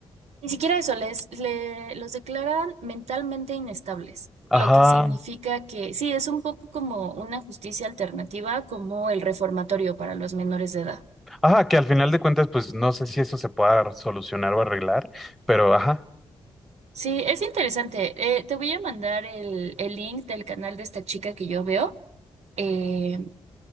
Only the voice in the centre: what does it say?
Ajá,
ajá, que al final de cuentas, pues no sé si eso se pueda solucionar o arreglar, pero ajá.